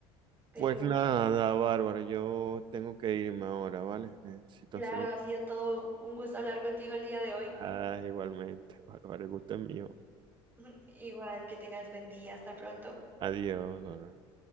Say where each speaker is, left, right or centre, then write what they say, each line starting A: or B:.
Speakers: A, on the right; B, on the right.
A: pero
B: Pues nada,
A: ah,
B: Bárbara, yo tengo que irme ahora, ¿vale? Necesito
A: claro,
B: hacer un...
A: ha sido todo un gusto hablar contigo el día de hoy.
B: Ah, igualmente, Bárbara, el gusto es mío.
A: <laughs> Igual que tengas buen día, hasta pronto.
B: Adiós, Bárbara.